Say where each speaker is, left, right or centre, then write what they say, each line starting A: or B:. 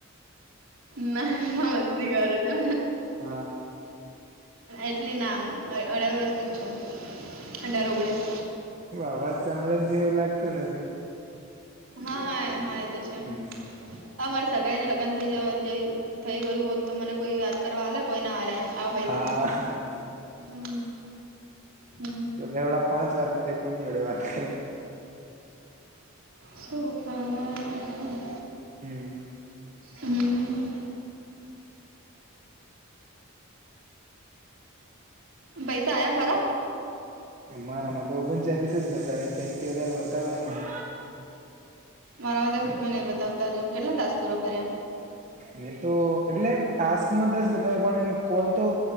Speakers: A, on the right; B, on the right.
A: ના, ના, મસ્તી કર છુ.
B: હા.
A: એટલી ના અઢાર વર્ષ ની છું. અઢાર ઓગણીસ
B: અવાજ સાંભળે તો એવું લાગતું નથી.
A: હા, હા, એ તો છે.
B: હમ.
A: હા, મારે સગાઈને લગ્ન થઈ જ થઈ ગયું હોત, તો મને કોઈ વા કરવાલે કોઈ ના હલે, આ પૈસા
B: હા.
A: માટે હમ, હમ.
B: તો મેવળડા પાંચ વાર પૂજે કોની જોડે વાત કરીને.
A: સો, હા, હ, હ.
B: હમ.
A: હમ. પૈસા આયા ખરા?
B: મારા માં ઓગણ ચાલીસ જ બતાવે, સેમ વધારે બતાવે?
A: મારા માટે રૂપિયા નઈ બતાવતા, તું કેટલા ટાસ્ક પૂરા કર્યા?
B: મે તો એટલે ટાસ્કમાં દસ બતાવતા હોય, પણ એ કોલ તો.